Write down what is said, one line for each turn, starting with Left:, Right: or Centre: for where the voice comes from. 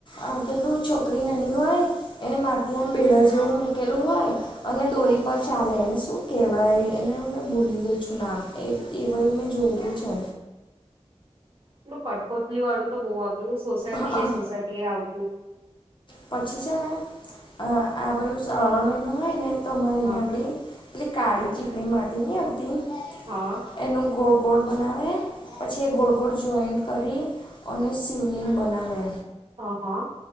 Left: આ પેલું છોકરી નાની હોય, એને માથે આમ બેડા જેવું મૂકેલુ હોય. અને દોરી પર ચાલે એને શું કેહેવાય? એને અમે ભૂલી ગઈ છુ, નામ એ એ બધુ મેં જોયેલુ છે.
Right: પેલુ કઠપુતલી વાળું તો બો આવતું સોસાયટી
Left: હઅ
Right: એ સોસાયટી એ આવતુ
Left: પછી છેને, અ આ બધુ શ્રાવણ મહિનો હોય ને તો અમારે અહીયા
Right: હા
Left: આગળી પેલી કાળી ચીકણી માટી ની આવતી
Right: હા,
Left: એનું ગો ગોળ બનાવે પછી એ ગોળ ગોળ જોઈન્ટ કરી અને શિવલિંગ બનાવે
Right: હા હા